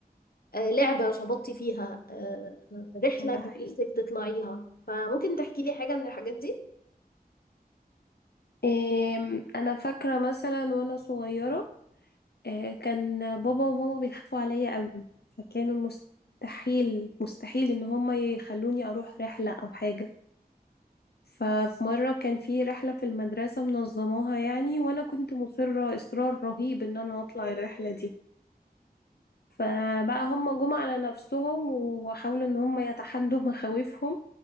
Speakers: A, on the left; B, on the left.
A: آه، لعبة شبطتي فيها آه، رحلة
B: ده
A: كانت
B: حقيقي
A: نفسك تطلعيها فممكن تحكي لي حاجة من الحاجات دي
B: آم، انا فاكره مثلا وانا صغيره آه، كان بابا وماما بيخافوا عليا قوي فكانوا مستحيل مستحيل ان هم يخلوني اروح رحله او حاجه ففي مره كان في رحله في المدرسه منظماها يعني وانا كنت مصره اصرار رهيب ان انا اطلع الرحله دي فبقى هم جم على نفسهم وحاولوا ان هم يتحدوا مخاوفهم